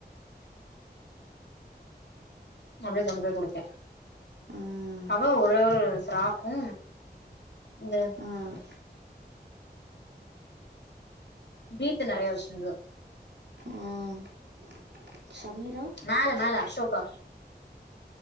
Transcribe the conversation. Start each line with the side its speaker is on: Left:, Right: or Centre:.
Left: அப்டியே கொண்டு போய் குடுத்தே
Right: ம்
Left: அவ ஒரே ஒரு ஃப்ராக்கு இந்த
Right: ம்
Left: ரீத்து நெறைய வச்சிருந்துது
Right: அ சமீரா
Left: மேல மேல அசோகா